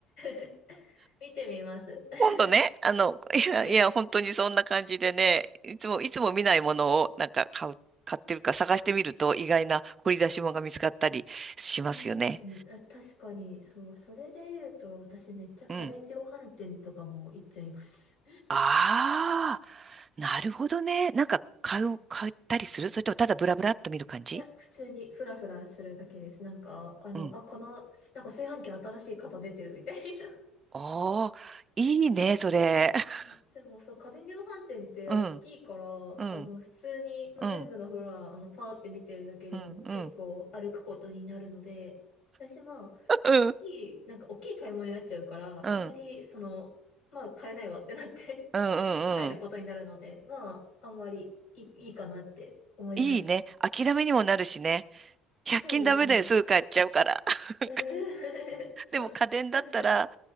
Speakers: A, on the left; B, on the right.
A: <laughs> 見てみます。<laughs>
B: 今度ね、あの、いや、
A: はい。
B: いや、本当にそんな感じでね、いつも、いつも見ないものをなんか買う、買ってるか探してみると意外な掘り出し物が見つかったりしますよね。
A: うーん、あ確かに、そう、それで言うと、私めっちゃ家電量販店とかも行っちゃいます。
B: うん。ああ、なるほどね。なんか買う、
A: <laughs> はい
B: 買ったりするそれともただブラブラっと見る感じ
A: いや、普通にフラフラするだけです。なんか、あの、
B: うん
A: あ、この、なんか炊飯器新しい型出てるみたいな
B: ああ、いいね、それ。<laughs>
A: うんでもさ、家電量販店って大きいから、
B: うん、うん、
A: あの、普通に、まあ、
B: うん、
A: 全部のフロア、あの、パーって見てるだけでも結構歩くことになるので、
B: うん、うん、うん、
A: 私、まあ、
B: う
A: 大きい、なんか大きい買い物になっちゃうから、
B: ん、
A: あんまり、その、まあ、買えないわってなって
B: うん、
A: <laughs> 帰ることになるので、
B: うん。
A: まあ、あんまりいい、いいかなって思います。
B: いいね。諦めにもなるしね。100均ダメだよ、
A: そうですね。
B: すぐ買っちゃうから。<laughs>
A: <laughs> そうそう、
B: でも家電だったら、
A: 確かに。